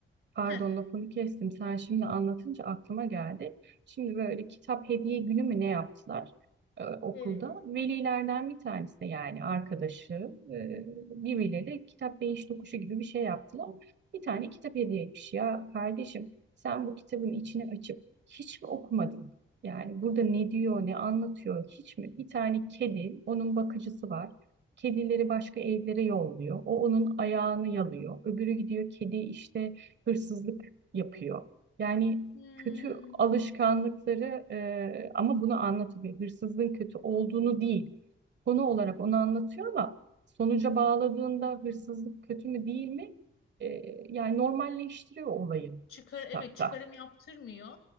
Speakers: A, on the right; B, on the left.
A: Pardon
B: heh,
A: lafını kestim. Sen şimdi anlatınca aklıma geldi. Şimdi böyle kitap hediye günü mü ne yaptılar e, okulda?
B: evet.
A: Velilerden bir tanesi de yani arkadaşı e, birbirleri kitap beyiş tokuşu gibi bir şey yaptılar. Bir tane kitap hediye etmiş. Ya kardeşim sen bu kitabın içini açıp hiç mi okumadın? Yani burada ne diyor, ne anlatıyor hiç mi? Bir tane kedi, onun bakıcısı var. Kedileri başka evlere yolluyor. O onun ayağını yalıyor. Öbürü gidiyor kedi işte hırsızlık yapıyor. Yani
B: Hmm.
A: kötü alışkanlıkları e, ama bunu anlatıyor. Hırsızlığın kötü olduğunu değil, konu olarak onu anlatıyor ama sonuca bağladığında hırsızlık kötü mü değil mi? E, yani normalleştiriyor olayı
B: çıkar
A: kitapta.
B: evet çıkarım yaptırmıyor.